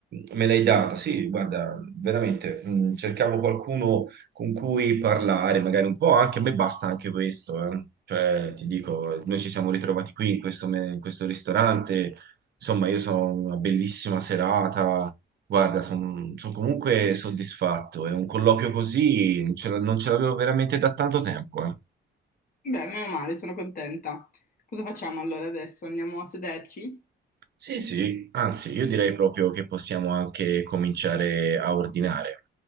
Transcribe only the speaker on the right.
me l'hai data. Sì, guarda, veramente mh, cercavo qualcuno con cui parlare, magari un po', anche a me basta anche questo, eh. Cioè, ti dico, noi ci siamo ritrovati qui in questo, in questo ristorante. Insomma, io sono una bellissima serata, Guarda, sono comunque soddisfatto. È un colloquio così, non ce la- non ce l'avevo veramente da tanto tempo. eh.
Sì, sì, anzi, io direi proprio che possiamo anche cominciare a ordinare.